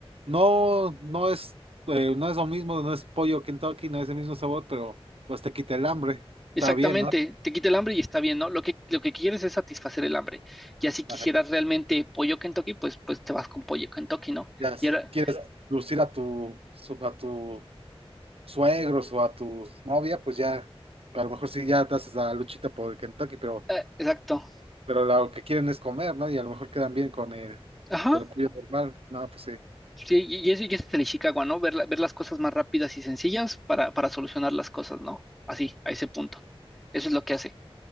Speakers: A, on the right; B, in the centre.
A: no, no es, eh, no es lo mismo, no es pollo Kentucky, no es el mismo sabor, pero pues te quita el hambre. Está
B: Exactamente,
A: bien, ¿no?
B: te quita el hambre y está bien, ¿no? Lo que, lo que quieres es satisfacer el hambre. Ya si quisieras
A: Ajá.
B: realmente pollo Kentucky, pues, pues te vas con pollo Kentucky, ¿no?
A: Ya,
B: Y
A: si
B: ahora,
A: quieres lucir a tu, su- a tu suegros o a tu novia, pues ya, a lo mejor sí ya te haces la luchita por el Kentucky, pero
B: Eh, exacto.
A: pero lo que quieren es comer, ¿no? Y a lo mejor quedan bien con el,
B: Ajá.
A: con el pollo normal. No, pues sí.
B: Sí, y y eso y ese es el Ishikawa, ¿no? Ver, la- ver las cosas más rápidas y sencillas para, para solucionar las cosas, ¿no? Así, a ese punto. Eso es lo que hace.